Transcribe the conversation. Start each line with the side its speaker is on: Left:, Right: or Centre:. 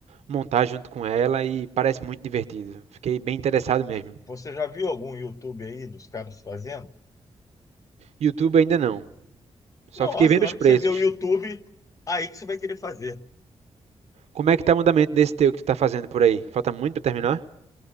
Right: montar junto com ela e parece muito divertido. Fiquei bem interessado
Left: Vo-
Right: mesmo.
Left: Você já viu algum YouTube aí dos caras fazendo?
Right: YouTube ainda não. Só
Left: Nossa,
Right: fiquei vendo
Left: na
Right: os
Left: hora
Right: preços.
Left: que você vê o YouTube, aí que você vai querer fazer.
Right: Como é que tá o andamento desse teu que tu tá fazendo por aí? Falta muito pra terminar?